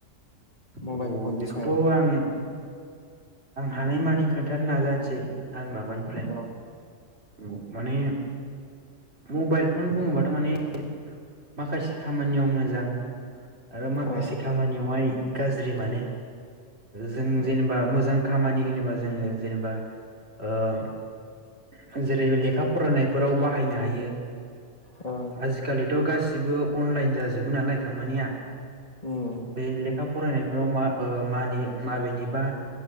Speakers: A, on the left (about 30°); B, on the right (about 55°).
A: मबाइल
B: औ
A: फननि
B: बेखौथ'
A: सायाव
B: आं आं हानायमानि खोन्थानो नाजानोसै आं माबानिफ्राय
A: औ
B: ओ माने मबाइल फन बुङोबाथ' माने माखासे खामानियाव मोजां आरो माखासे
A: औ
B: खामानियावहाय गाज्रि माने जों
A: औ
B: जेनेबा मोजां खामानि होनोबा जोङो जेनेबा ओ जेरै लेखा फरायनाय बेफोराव बाहायनो हायो
A: औ
B: आजिखालिथ' गासिबो अनलाइन जाजोबो नालाय खामानिया
A: उम
B: बे लेखा फरायनायफोराव मा ओ मानि माबेनिबा